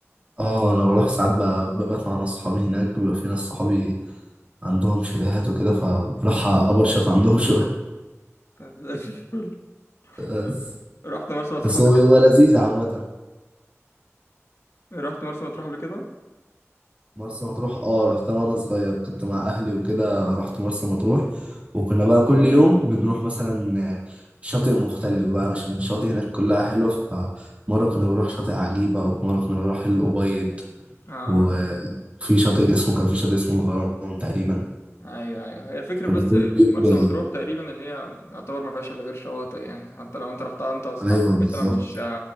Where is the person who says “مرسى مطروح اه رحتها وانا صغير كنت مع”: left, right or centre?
Right